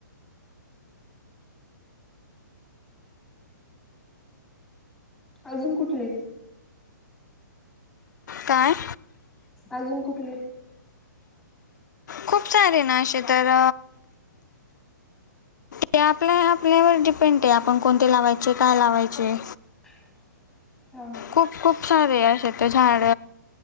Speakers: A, in the centre; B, on the left (about 65°).
A: अजून कुठले?
B: काय.
A: अजून कुठले?
B: खूप छान हे ना असे तर. ते आपल्या आपल्यावर डिपेंड आहे आपण कोणते लावायचे काय लावायचे?
A: <unintelligible> हा
B: खूप खूप भारी आहे असे तर झाड.